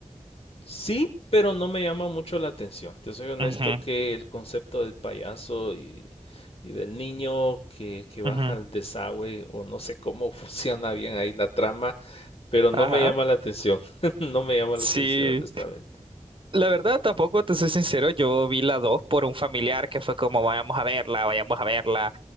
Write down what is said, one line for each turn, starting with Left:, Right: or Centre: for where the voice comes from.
Left: Sí, pero no me llama mucho la atención. Te soy honesto
Right: Ujú,
Left: que el concepto del payaso y, y del niño que, que baja
Right: ujú.
Left: al desagüe o no sé cómo <laughs> funciona bien ahí la trama. pero
Right: Ajá.
Left: no me llama la atención. <laughs> No me llama
Right: Sí,
Left: la atención, honestamente.
Right: la verdad tampoco te soy sincero, yo vi la 2 por un familiar que fue como vayamos a verla, vayamos a verla,